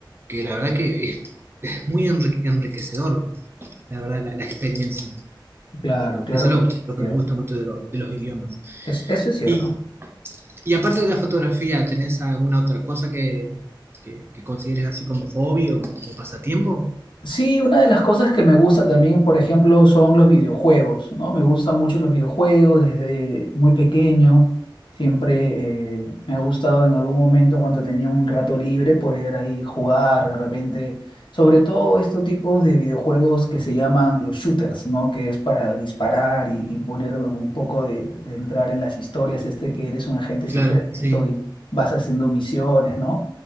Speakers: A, on the right; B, on the left.
A: que la verdad que es muy enri- enriquecedor, la verdad, la, la experiencia.
B: Claro, claro
A: Eso es
B: que
A: lo,
B: es
A: lo
B: cierto.
A: que me gusta mucho de, lo- de los idiomas.
B: Es- eso es cierto.
A: Y, y aparte de la fotografía, ¿tenés alguna otra cosa que, que, que consideres así como hobby o, o pasatiempo?
B: Sí, una de las cosas que me gusta también, por ejemplo, son los videojuegos, ¿no? Me gustan mucho los videojuegos desde muy pequeño. Siempre eh, me ha gustado en algún momento cuando tenía un rato libre poder ahí jugar de repente, sobre todo estos tipos de videojuegos que se llaman los shooters, ¿no? Que es para disparar y, y poner un poco de, de entrar en las historias, este que eres un agente
A: Claro,
B: secreto
A: sí.
B: y vas haciendo misiones, ¿no?